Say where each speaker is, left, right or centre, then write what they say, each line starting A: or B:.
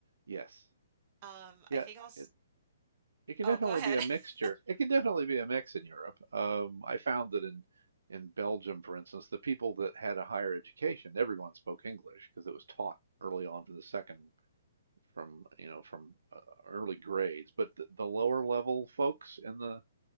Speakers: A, on the right; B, on the right.
A: Yes.
B: Um,
A: Yeah,
B: I think I'll, s-
A: it it can
B: oh,
A: definitely
B: go ahead.
A: be a mixture.
B: <laughs>
A: It can definitely be a mix in Europe. Um, I found that in in Belgium, for instance, the people that had a higher education, everyone spoke English because it was taught early on from the second from, you know, from uh, early grades, but the, the lower level folks in the